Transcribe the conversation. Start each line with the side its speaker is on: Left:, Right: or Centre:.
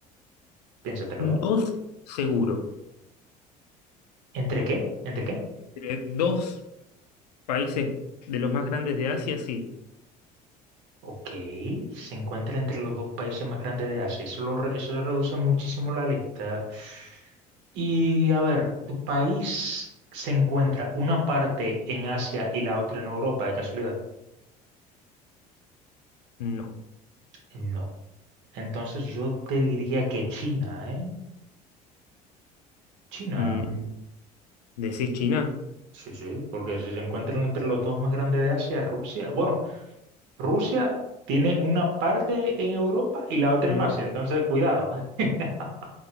Right: Piénsatelo.
Left: Dos, seguro.
Right: ¿Entre qué? ¿Entre qué?
Left: Entre dos países de los más grandes de Asia, sí.
Right: Ok, se encuentra entre los dos países más grandes de Asia. Eso, lo re- eso reduce muchísimo la lista. Y a ver, ¿tu país se encuentra una parte en Asia y la otra en Europa, de casualidad?
Left: No.
Right: No. Entonces yo te diría que China, ¿eh? China.
Left: Mm, ¿decís China?
Right: Sí, sí, porque si se encuentran entre los dos más grandes de Asia, Rusia. Bueno, Rusia tiene una parte en Europa y la otra
Left: En
Right: en
Left: Europa.
Right: Asia, entonces cuidado. <laughs>